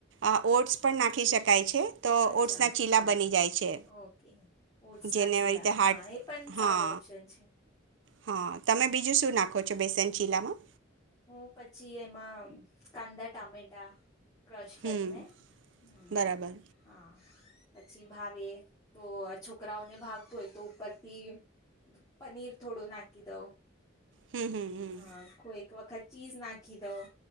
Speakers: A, on the right (about 70°); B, on the left (about 20°).
A: અ ઓટ્સ પણ નાખી શકાય છે. તો
B: અચ્છા.
A: ઓટ્સના ચીલા
B: હા
A: બની જાય છે
B: ઓકે, ઓટ્સના
A: જેને
B: ચીલા
A: રીતે હાર્ટ
B: હા, એ પન
A: હા
B: સારું ઓપ્શન છે.
A: હા. તમે બીજું શું નાખો છો બેસન ચીલામાં?
B: હું પછી એમાં કાંદા, ટામેટા ક્રશ કરીને,
A: હમ
B: હમ્મ,
A: બરાબર
B: હા. પછી ભાવે તો આ છોકરાઓને ભાવતું હોય તો ઉપરથી પનીર થોડું નાખી દઉં.
A: હમ હમ હમ
B: હા કોઈક ક વખત ચીઝ નાખી દઉં.